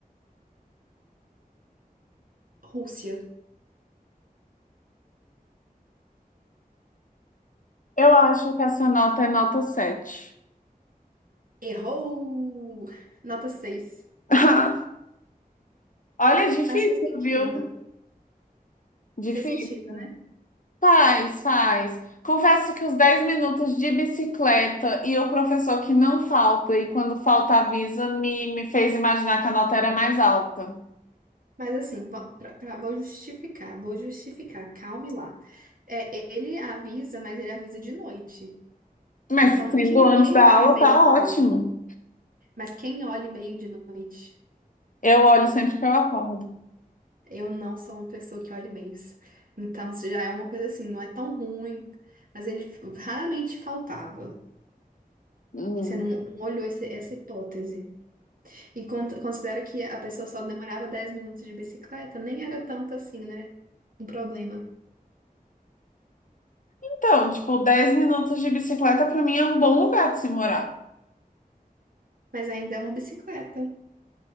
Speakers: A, on the right; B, on the left.
A: Rússia.
B: Eu acho que essa nota é nota 7.
A: Errou! Nota 6.
B: <laughs> Olha, é difícil,
A: Mas fez sentido.
B: viu? Difícil.
A: Fez sentido, né?
B: Faz, faz. Confesso que os 10 minutos de bicicleta e o professor que não falta e quando falta avisa me, me fez imaginar que a nota era mais alta.
A: Mas assim, va- pra, pra- vou justificar, vou justificar. Calme lá. É, ele avisa, mas ele avisa de noite.
B: Mas
A: Então,
B: sendo
A: quem,
B: antes
A: quem
B: da
A: olha
B: aula,
A: e-mail
B: tá
A: de
B: ótimo.
A: noite? Mas quem olha e-mail de noite?
B: Eu olho sempre que eu acordo.
A: Eu não sou uma pessoa que olha e-mails. Então, isso já é uma coisa assim, não é tão ruim, mas ele raramente faltava.
B: Hum.
A: Você não, não olhou esse- essa hipótese. E con- considera que a pessoa só demorava 10 minutos de bicicleta, nem era tanto assim, né? Um problema.
B: Então, tipo, 10 minutos de bicicleta pra mim é um bom lugar de se morar.
A: Mas ainda é uma bicicleta.